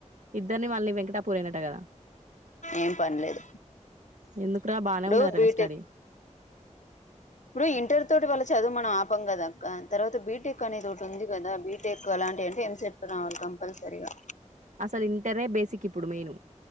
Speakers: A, on the right; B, on the left.
A: ఇద్దరిని మళ్ళీ వెంకటాపూర్ ఏనట కదా
B: ఏం పనిలేదు
A: ఎందుకురా బానే
B: ఇప్పుడు
A: ఉన్నదటగా
B: బీటెక్
A: స్టడీ
B: ఇప్పుడు ఇంటర్ తోటి వాళ్ళ చదువు మనం ఆపం కదా అక్క తర్వాత బీటెక్ అనేది ఒకటి ఉంది కదా బీటెక్ అలాంటివి అంటే ఏం చెప్ప రావాల కంపల్సరిగా
A: అసలు ఇంటరే బేసిక్ ఇప్పుడు మెయిను